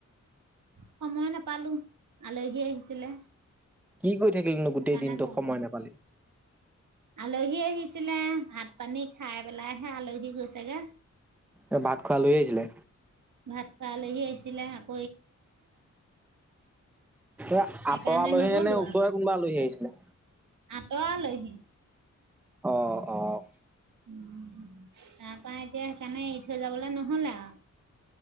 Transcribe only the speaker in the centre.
কি কৰি থাকিলিনো
গোটেই দিনটো,
সময়
নাপালি।
এ ভাত খোৱা আলহি আহিছিলে?
অঁ,
আঁতৰৰ আলহী
নে ওচৰৰে কোনোবা আলহী আহিছিলে?
অঁ-অঁ।